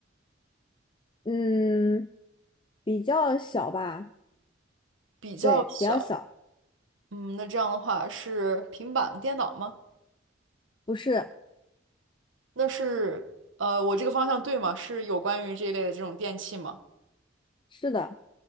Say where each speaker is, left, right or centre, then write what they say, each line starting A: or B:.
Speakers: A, on the left; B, on the right.
A: 嗯，比较小吧？
B: 比较小。
A: 对，比较小，
B: 嗯，那这样的话是平板电脑吗？
A: 不是，
B: 那是呃，我这个方向对吗？是有关于这一类的这种电器吗？
A: 是的，